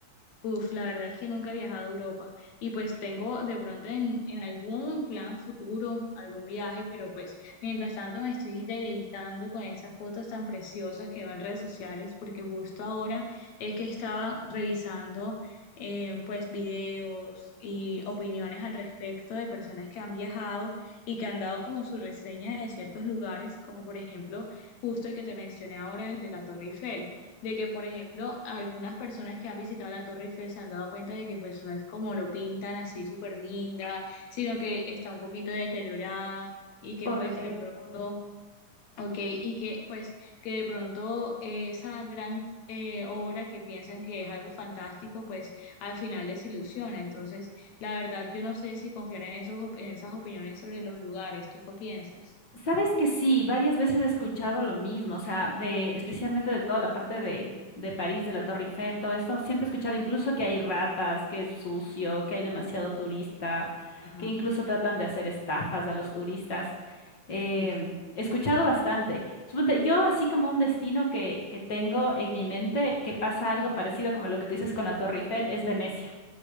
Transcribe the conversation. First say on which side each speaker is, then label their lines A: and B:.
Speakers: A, on the left; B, on the left.
A: Uf, la verdad es que nunca he viajado a Europa y pues tengo de pronto en, en algún plan futuro, algún viaje, pero pues mientras tanto me estoy deleitando con esas fotos tan preciosas que veo en redes sociales porque justo ahora es que estaba revisando eh, pues videos y opiniones al respecto de personas que han viajado y que han dado como su reseña de ciertos lugares, como por ejemplo justo el que te mencioné ahora, el de la Torre Eiffel de que, por ejemplo, algunas personas que han visitado la Torre Eiffel se han dado cuenta de que pues no es como lo pintan así súper linda, sino que está un poquito deteriorada y que
B: Correcto.
A: pues de pronto, ok, y que pues que de pronto eh, esa gran eh, obra que piensan que es algo fantástico, pues al final desilusiona. Entonces, la verdad, yo no sé si confiar en esos, op- en esas opiniones sobre los lugares. ¿Tú qué piensas?
B: Sabes que sí, varias veces he escuchado lo mismo, o sea, de, especialmente de toda la parte de, de París, de la Torre Eiffel, todo esto, siempre he escuchado incluso que hay ratas, que es sucio, que hay demasiado turista,
A: Ajá.
B: que incluso tratan de hacer estafas a los turistas. Em,
A: Uf.
B: he escuchado bastante. Suponte, yo así como un destino que, que tengo en mi mente, que pasa algo
A: ujú.
B: parecido como lo que tú dices con la Torre Eiffel, es Venecia.